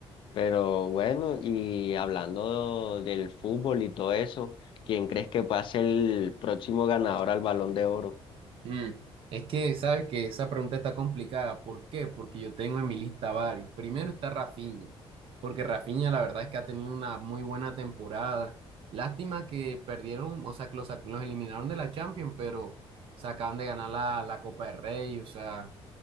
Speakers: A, on the left (about 55°); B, on the right (about 60°).
A: Pero bueno, y hablando del fútbol y todo eso, ¿quién crees que pueda ser el próximo ganador al Balón de Oro?
B: Mm, Es que sabes que esa pregunta está complicada. ¿Por qué? Porque yo tengo en mi lista varios. Primero está Rafinha, porque Rafinha la verdad es que ha tenido una muy buena temporada. Lástima que perdieron, o sea, que los, sac- los eliminaron de la Champions, pero se acaban de ganar la, la Copa del Rey. O sea,